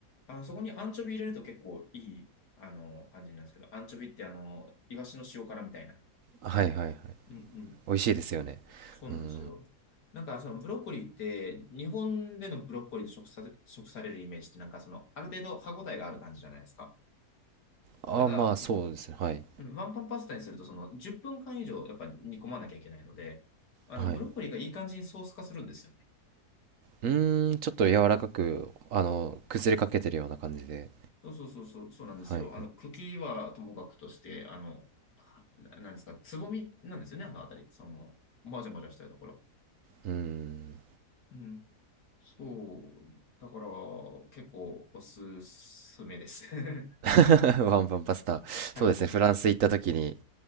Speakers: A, on the left; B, on the right.
A: あの、そこにアンチョビ入れると結構いい、あの、感じになるんですけど、アンチョビってあの、イワシの塩辛みたいな。
B: あ、はいはいはい。
A: うんうん。
B: 美味しいですよね。
A: そうなんですよ。
B: うーん。
A: なんかそのブロッコリーって、日本でのブロッコリーと食さ、食されるイメージってなんかその、ある程度歯ごたえがある感じじゃないですか。
B: ああ、
A: ただ、
B: まあそうですね。
A: うん
B: はい。
A: ワンパンパスタにするとその10分間以上やっぱ煮込まなきゃいけないので、あの、
B: はい。
A: ブロッコリーがいい感じにソース化するんですよね。
B: うーん、ちょっと柔らかく、あの、崩れかけてるような感じで。
A: そうそうそうそう、そうなんですよ。
B: はいはい。
A: あの、茎はともかくとして、あの、ななんですか、つぼみなんですよね、あのあたり。その、もじゃもじゃしたところ。
B: うーん。
A: うん。そう。だから、結構おすすめです。<laughs>
B: <laughs> ワンパンパスタ。
A: はい。
B: そうですね。フランス行った時に